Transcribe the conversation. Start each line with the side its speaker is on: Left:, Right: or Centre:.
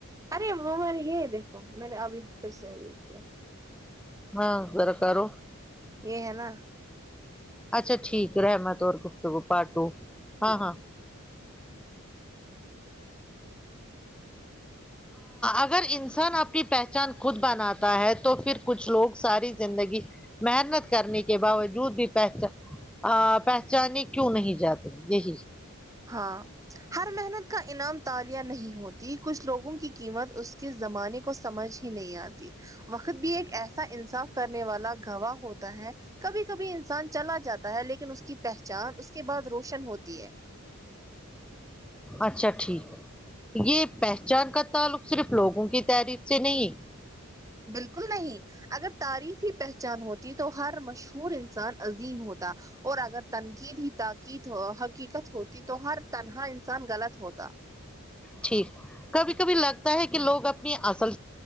Right: ارے وہ والی یہ ہے دیکھو میں نے اب پھر سے یہ کیا
Centre: ہاں ذرا کرو
Right: یہ ہے نا
Centre: اچھا ٹھیک ہے رحمت اور گفتگو پارٹو ہاں
Right: ہوں
Centre: ہاں اگر انسان آپ کی پہچان خود بناتا ہے تو پھر کچھ لوگ ساری زندگی محنت کرنے کے باوجود بھی پہچان ا پہچانے کیوں نہیں جاتے یہی
Right: ہاں ہر محنت کا انعام تالیا نہیں ہوتی کچھ لوگوں کی قیمت اس کے زمانے کو سمجھ ہی نہیں آتی وقت بھی ایک ایسا انصاف کرنے والا گواہ ہوتا ہے کبھی کبھی انسان چلا جاتا ہے لیکن اس کی پہچان اس کے بعد روشن ہوتی ہے
Centre: اچھا ٹھیک یہ پہچان کا تعلق صرف لوگوں کی تعریف سے نہیں
Right: بالکل نہیں اگر تعاریف ہی پہچان ہوتی تو ہر مشہور انسان عظیم ہوتا اور اگر تنقید ہی تقید حقیقت ہوتی تو ہر تنہا انسان غلط ہوتا
Centre: ٹھیک کبھی کبھی لگتا ہے کہ لوگ اپنی اصل